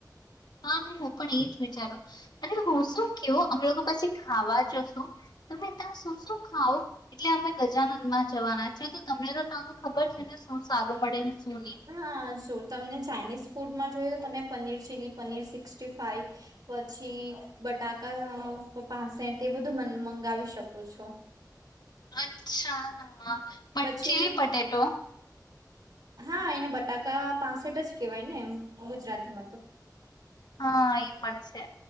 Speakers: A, on the left; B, on the right.
A: હા ને હું પણ એ જ વિચારું અને હું શું કેવું અમે લોકો પછી ખાવા જશુ તમે ત્યાં શું શું ખાાવ એટલે અમે ગજાનન માં જવાના છે તો તમને તો ત્યા ખબર છે ને શું સારું મળે ને શું નહી
B: હા જો તમને ચાાઈનીઝ ફૂડ મા જોઈ તો તમે paneer chilli paneer sixty five પછી બટાકા પાસેઠ એ બધું મંગાવી શકો છો.
A: અચ્છા હા પણ
B: પછી
A: ચીલી પટેટો
B: હા એને બટાકા પાસેઠ જ કેહેવાય ને એમ ગુજરાતીમાં તો
A: હા ઈ પણ છે.